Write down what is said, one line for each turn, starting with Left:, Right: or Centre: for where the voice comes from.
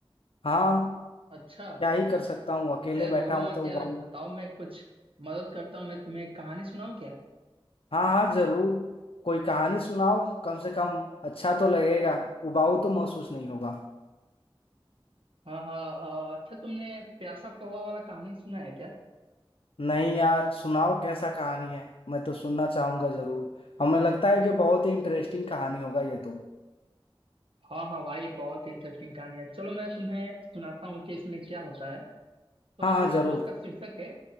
Left: हाँ
Right: अच्छा
Left: क्या ही कर सकता हूँ अकेले
Right: अरे यार
Left: बैठा
Right: रोबो
Left: हूँ
Right: मत
Left: तो
Right: यार
Left: उबाऊ
Right: बताओ मैं कुछ मदद करता हूँ मैं तुम्हें एक कहानी सुनाऊँ क्या
Left: हाँ हाँ जरूर कोई कहानी सुनाओ कम से कम अच्छा तो लगेगा उबाऊ तो महसूस नहीं होगा
Right: हाँ हाँ आ, अच्छा तुमने प्यासा कौवा वाला कहानी सुना है क्या
Left: नहीं यार सुनाओ कैसा कहानी है मैं तो सुनना चाहूंगा जरूर हमें लगता है कि बहुत ही इंटरेस्टिंग कहानी होगा ये तो
Right: हाँ हाँ भाई बहुत इंटरेस्टिंग कहानी है चलो मैं तुम्हें सुनाता हूँ कि इसमें क्या होता है तो
Left: हाँ हाँ जरूर
Right: जो इसका शीर्षक है